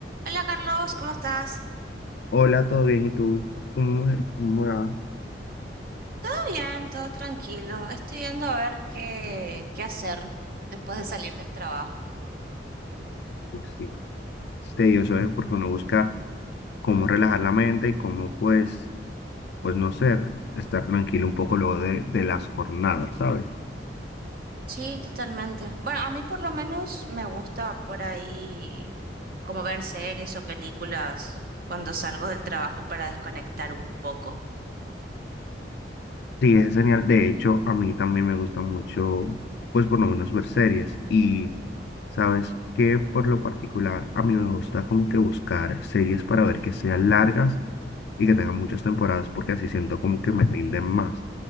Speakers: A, on the right; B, on the left.
A: Hola Carlos, ¿cómo estás?
B: Hola, ¿todo bien? ¿Y tú? ¿Cómo, cómo va?
A: Todo bien, todo tranquilo. Estoy viendo a ver qué, qué hacer después de salir del trabajo.
B: Pues sí, es tedioso, ¿eh? Porque uno busca cómo relajar la mente y cómo, pues, pues no ser, estar tranquilo un poco luego de, de las jornadas, ¿sabes?
A: Sí, totalmente. Bueno, a mí por lo menos me gusta por ahí como ver series o películas cuando salgo del trabajo para desconectar un poco.
B: Sí, es genial. De hecho, a mí también me gusta mucho, pues por lo menos ver series. Y sabes que por lo particular, a mí me gusta como que buscar series para ver que sean largas y que tengan muchas temporadas, porque así siento como que me rinden más.